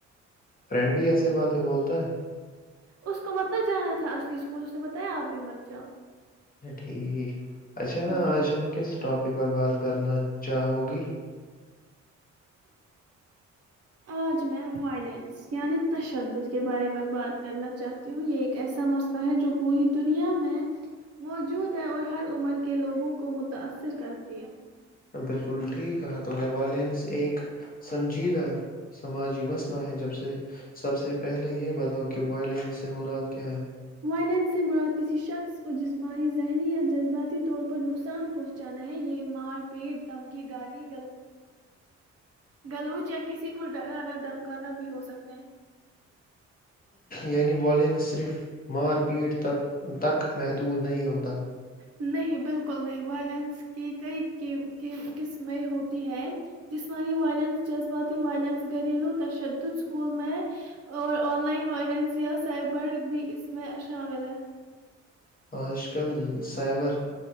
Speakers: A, on the left; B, on the right.
A: فرینڈ بھی ایسے بات ہے بولتا ہے
B: اس کو مت نہ جانا تھا اصلی اسکول اس نے بتایا آپ بھی مت جاؤ
A: اچھا ٹھیک اچھا
B: جی
A: آج ہم کس ٹاپک پر بات کرنا چاہو گی
B: آج میں وائلینس یعنی تشدد کے بارے میں بات کرنا چاہتی ہوں یہ ایک ایسا مسئلہ ہے جو پوری دنیا میں موجود ہے اور ہر عمر کے لوگوں کو متاثر کرتی ہے
A: بالکل ٹھیک کہا تو نے وائلینس ایک سنجیدہ سماجی مسئلہ ہے جب سے سب سے پہلے یہ بتاؤ کہ وائلینس سے مراد کیا ہے
B: ولین سے مراد کسی شخص کو جسمانی ذہنی یا جذباتی طور پر نقصان پہنچانا ہے یہ مار پیٹ دھمکی گالی گلوچ یا کسی کو ڈرانا دمکانا بھی ہو سکتا ہے
A: یعنی والین صرف مار پیٹ ت تک محدود نہیں ہوتا
B: نہیں بالکل نہیں وائلنس کی کئی قسمیں ہوتی ہے جسمانی وائلنس جذباتی وائلنس گھریلو تشدد اسکول میں اور آن لائن وائلنس یا سائبر بھی اس میں شامل ہے
A: آج کل سائبر